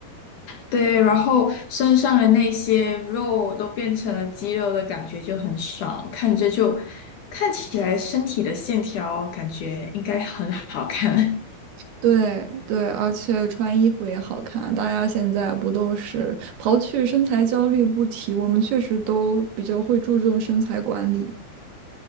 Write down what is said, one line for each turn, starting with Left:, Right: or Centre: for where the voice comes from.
Left: 对，然后身上的那些肉都变成了肌肉的感觉就很爽，看着就看起来身体的线条感觉应该很好看。<laughs>
Right: 对对，而且穿衣服也好看。大家现在不都是刨去身材焦虑不提，我们确实都比较会注重身材管理。